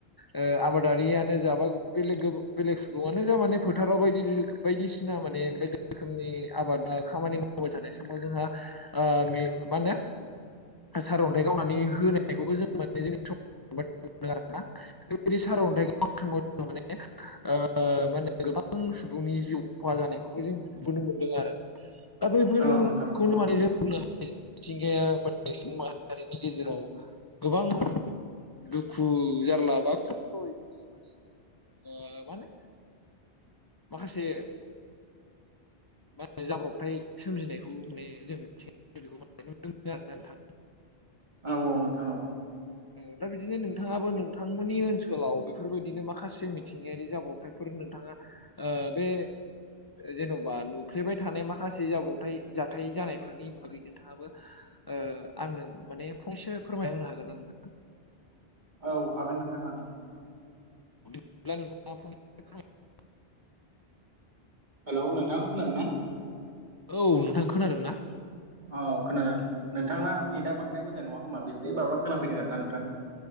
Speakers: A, on the left; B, on the right.
A: ओ आबादारियानो जा बा बेलेग बेलेग सुबुङानो जा माने फोथाराव बायदि बायदिसिना माने बायदि रोखोमनि आबाद खामानि मावबाय थानाय समाव जोंहा ओ बे मा होनो सारअन्थाइ गावनानै होनायखौबो जों <unintelligible> <unintelligible> सार अन्थाय <unintelligible> सुबुंनि जिउ खहा जानायखौबो जों नुबोननो मोनदों आरो
B: <inaudible>
A: दा बेफोरखौ
B: औ नोंथां औ
A: नो माने जों बुंनो मिथिंगाया माने सुबुं माहारिनि गेजेराव गोबां दुखु जारलाबा खस्थ'यै बिदिनो माने मा होनो। माखासे मा होने जाब्रबथाय सोमजिनायखौ माने जों <unintelligible>
B: औ औ नोंथां औ
A: औ दा बिदिनो नोंथाङाबो नोंथांमोननि ओनसोलाव बेफोरबायदिनो माखासे मिथिंगायारि जाब्रबथायफोर नोंथाङा ओ, बे जेन'बा नुफ्लेबाय थानाय माखासे जाब्रबथाय जा थाय जानायफोरनि बागै नोंथाङाबो ओ आंनो माने फंसे फोरमायना होनो हागोन नोंथां? <inaudible>
B: औ हागोन नोंथां हागोन।
A: <unintelligible>
B: हेलौ नोंथां खोनादों ना?
A: औ नोंथां खोनादों ना?
B: औ खोनादों। नोंथांना नेटआ बांद्राय मोजां नङा खोमा बेब्रे बाब्रा खोनाफैदों आरोना नोंथां